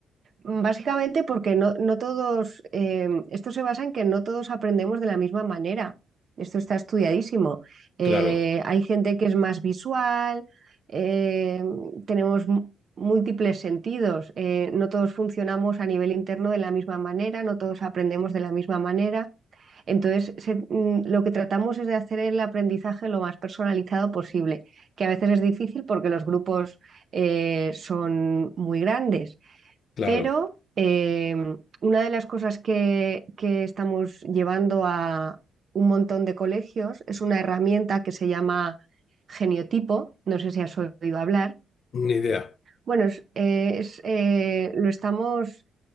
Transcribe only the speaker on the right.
mm, Básicamente porque no, no todos, eh, esto se basa en que no todos aprendemos de la misma manera. Esto está estudiadísimo. Eh,
hay gente que es más visual, eh, tenemos mu- múltiples sentidos, eh, no todos funcionamos a nivel interno de la misma manera, no todos aprendemos de la misma manera. Entonces, se- mm, lo que tratamos es de hacer el aprendizaje lo más personalizado posible, que a veces es difícil porque los grupos eh, son muy grandes
pero eh, una de las cosas que, que estamos llevando a un montón de colegios es una herramienta que se llama geniotipo, no sé si has oído hablar.
Bueno, es, eh, es, eh, lo estamos,